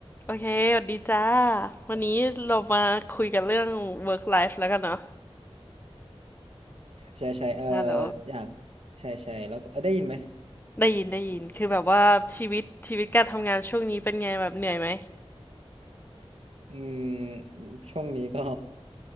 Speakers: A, on the left; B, on the right.
A: โอเคสวัสดีจ้าวันนี้เรามาคุยกันเรื่อง work life แล้วกันเนาะ
B: ใช่ใช่เออ
A: ฮัลโหล
B: อยากใช่ใช่แล้วก็เออได้ยินไหม
A: ได้ยินได้ยินคือแบบว่าชีวิตชีวิตการทำงานช่วงนี้เป็นไงแบบเหนื่อยไหม
B: อืมช่วงนี้ก็